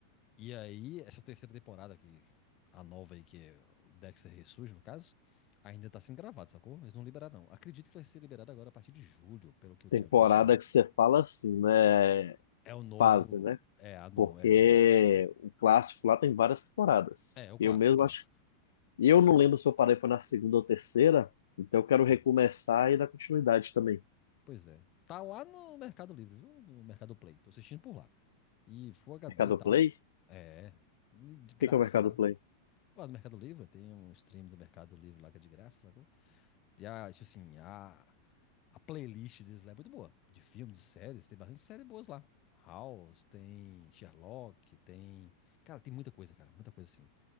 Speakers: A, on the left; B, on the left.
A: E aí, essa terceira temporada, que a nova aí, que é o Dexter Ressurge, no caso, ainda tá sendo gravado, sacou? Eles não liberaram, não. Acredito que vai ser liberado agora a partir de julho, pelo que eu
B: Temporada
A: tinha visto lá.
B: que você fala assim, né?
A: É o novo.
B: Fase, né?
A: É, a no...
B: Porque
A: é o novo.
B: o clássico lá tem várias temporadas.
A: É, o
B: Eu
A: clássico,
B: mesmo
A: o clássico.
B: acho. Eu não lembro se eu parei foi na segunda ou terceira, então eu quero
A: Sim,
B: recomeçar e dar continuidade também.
A: pois é. Tá lá no Mercado Livre, viu? No Mercado Play. Tô assistindo por lá. E Full HD
B: Mercado
A: e tal.
B: Play? O
A: É, de graça
B: que que é o Mercado
A: lá.
B: Play?
A: Lá do Mercado Livre, tem um stream do Mercado Livre lá que é de graça, sacou? E a, tipo assim, a, a playlist deles lá é muito boa. De filmes, de séries, tem bastante séries boas lá. House, tem Sherlock, tem. Cara, tem muita coisa, cara, muita coisa assim.